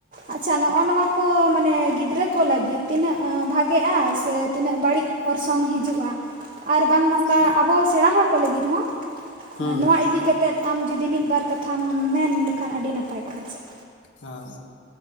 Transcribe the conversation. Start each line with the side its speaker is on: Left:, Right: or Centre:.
Right: ᱟᱪᱷᱟ ᱱᱚᱜᱼᱚ ᱱᱚᱣᱟ ᱠᱚ ᱢᱟᱱᱮ ᱜᱤᱫᱽᱨᱟᱹ ᱠᱚ ᱞᱟᱹᱜᱤᱫ ᱛᱤᱱᱟᱹᱜ ᱵᱷᱟᱜᱮᱜᱼᱟ ᱥᱮ ᱛᱤᱱᱟᱹᱜ ᱵᱟᱹᱲᱤᱡ ᱚᱨᱥᱚᱝ ᱦᱤᱡᱩᱜᱼᱟ? ᱟᱨ ᱵᱟᱝ ᱱᱚᱝᱠᱟ
Left: ᱦᱳᱭ
Right: ᱟᱵᱚ ᱥᱮᱬᱟ ᱦᱚᱲ ᱠᱚ ᱞᱟᱹᱜᱤᱫ ᱦᱚᱸ
Left: ᱦᱩᱸ
Right: ᱱᱚᱣᱟ ᱤᱫᱤ ᱠᱟᱛ ᱛᱮᱫᱽ ᱟᱢ ᱡᱩᱫᱤ ᱢᱤᱫᱽ ᱵᱟᱨ ᱠᱟᱛᱷᱟᱢ ᱢᱮᱱ ᱞᱮᱠᱷᱟᱱ ᱟᱹᱰᱤ ᱱᱟᱯᱟᱭ ᱠᱚᱜᱼᱟ ᱟᱨ ᱪᱮᱫ᱾
Left: ᱦᱮᱸ